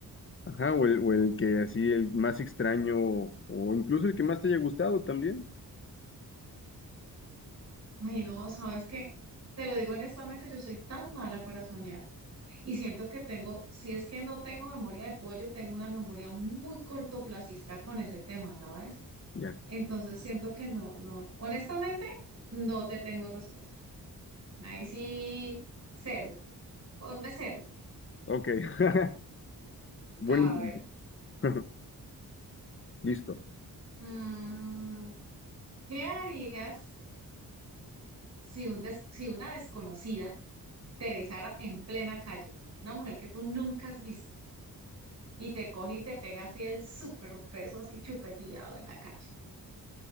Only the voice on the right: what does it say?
Ay, no, ¿sabes qué? Te lo digo honestamente, yo soy tan mala para soñar y siento que tengo, si es que no tengo memoria de pollo, tengo una memoria muy cortoplacista con ese tema, ¿sabes?
Entonces siento que no, no, honestamente, no te tengo respuesta. Ahí sí, cero. Ponme cero.
A
ver.
mm, ¿qué harías si, un des- si una desconocida te besara en plena calle? Una mujer que tú nunca has visto y te coge y te pega así el súper beso así chupeteado en la calle.